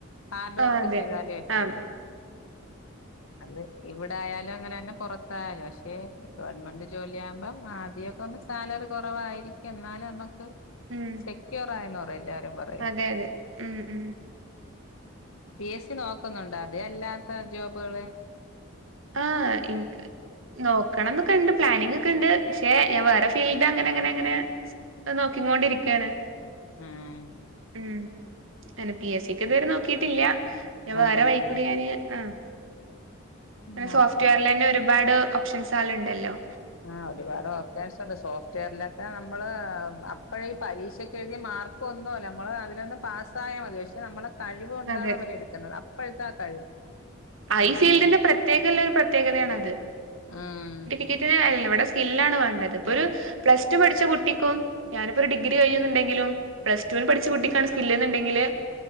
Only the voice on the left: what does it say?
ഹാർഡ്
വർക്ക്
ചെയ്താലേ പറ്റുഒള്ളൂ
അത് ഇവിടായാലും അങ്ങനന്നെ പൊറത്തായാലും പക്ഷെ ഇപ്പ ഗവൺമെന്റ് ജോലിയാമ്പം ആദ്യവൊക്കെ ഒന്ന് സാലറി കൊറവായിരിക്കാം എന്നാലും അമ്മക്ക്
സെക്യൂറായന്ന് പറയും എല്ലാരും പറ
പി എസ് സി നോക്ക്നൊണ്ടോ അതെ അല്ലാത്ത ജോബ്കള്
ആഹ്
ആഹ്
നോക്കുന്നു
ആഹ് ഒര്പാട് ഓപ്ഷൻസ് സോഫ്റ്റ്വെയറിലൊക്കെ നമ്മള് അപ്പഴേ പരീക്ഷക്കെഴ്തി മാർക്ക് ഒന്നുല്ല നമ്മള് അതിലൊന്ന് പാസ് സായതി പക്ഷേ നമ്മളെ കഴിവ് കൊണ്ടാണ്
അവരെട്ക്കുന്നത് അപ്പോഴത്തെ ആ കഴിവ്. ആഹ്
ആഹ്.